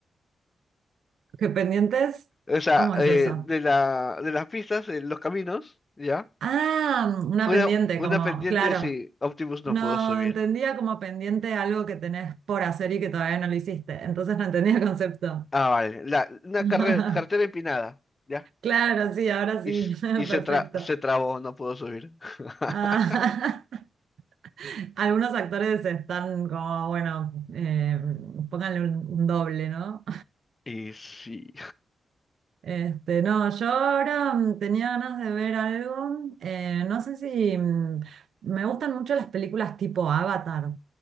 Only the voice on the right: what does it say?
¿Qué pendientes?
¿Cómo es
eso?
Ah, una
pendiente,
como,
claro.
No,
entendía como pendiente algo que tenés por hacer y que todavía no lo hiciste. Entonces no entendía el concepto.
<laughs>
Claro, sí, ahora
sí.
<laughs>
Perfecto.
Ah, <laughs> algunos actores están como, bueno, eh, pónganle un, un doble, ¿no?
Este, no, yo ahora mm, tenía ganas de ver algo. eh, no sé si mm, me gustan mucho las películas tipo Avatar,